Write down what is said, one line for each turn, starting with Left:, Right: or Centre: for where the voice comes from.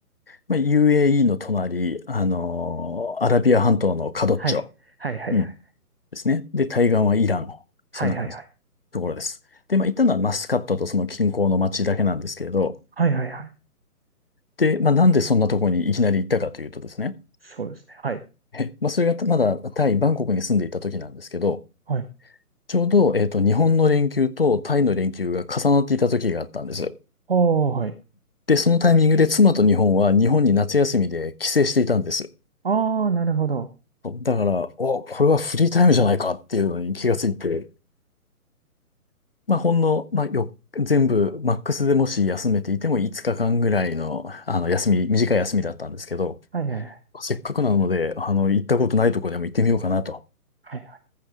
Left: まあ、UAE の隣、あのーアラビア半島のカドッチョ、
Right: はい。はいはいはい。
Left: うん、ですね。で、対岸はイラン。
Right: はいはいはい。
Left: そんな感じ、のところです。で、まあ、行ったのはマスカットとその近郊の町だけなんですけれど、
Right: はいはいはい。
Left: で、まあ、なんでそんなところにいきなり行ったかというとですね、
Right: そうですね。はい。
Left: えまあ、それがまだタイ、バンコクに住んでいた時なんですけど、
Right: はい。
Left: ちょうど、えっと、日本の連休とタイの連休が重なっていた時があったんです。
Right: ああ、はい。
Left: で、そのタイミングで妻と日本は日本に夏休みで帰省していたんです。
Right: ああ、なるほど。
Left: だから、お、これはフリータイムじゃないかっていうのに気がついて、まあ、ほんの、まあ、よ、全部、マックスでもし休めていても5日間ぐらいの、あの、休み、短い休みだったんですけど、
Right: はいはいはい。
Left: せっかくなので、あの、行ったことないとこでも行ってみようかなと。
Right: はいはい。